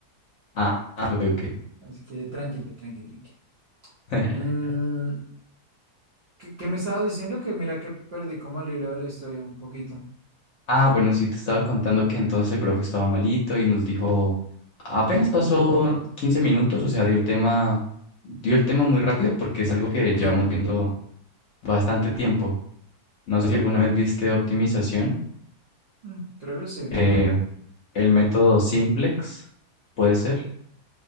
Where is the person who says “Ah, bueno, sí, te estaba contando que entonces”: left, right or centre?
Left